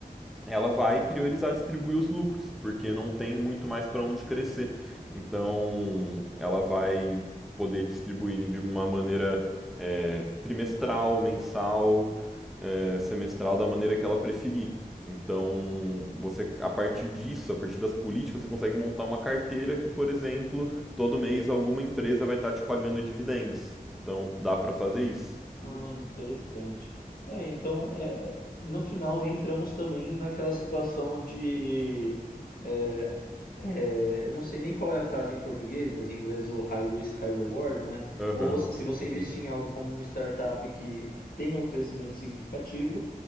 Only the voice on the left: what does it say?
Ah, interessante. É, então, é, é- no final entramos também naquela situação de, é, é, eu não sei nem qual é a frase em português, mas em inglês o high risk, high reward, né?
Ou você- se você Uhum. investir em algo como uma startup que tenha um crescimento significativo,